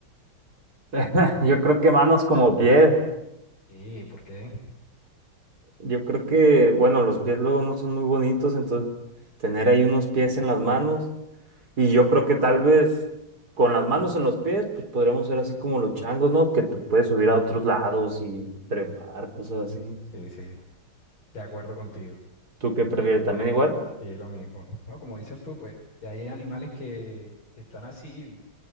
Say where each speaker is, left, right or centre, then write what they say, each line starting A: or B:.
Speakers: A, on the right; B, on the left.
A: <laughs> Yo creo que manos como pies.
B: Sí, ¿por qué?
A: Yo creo que, bueno, los pies luego no son muy bonitos, entonces tener ahí unos pies en las manos. Y yo creo que tal vez con las manos en los pies, pues podríamos ser así como los changos, ¿no? Que te puedes subir a otros lados y trepar, cosas así.
B: Sí, sí, de acuerdo contigo.
A: ¿Tú qué prefieres? ¿También igual?
B: Sí, lo mismo. No, como dices tú, pues ya hay animales que, que están así.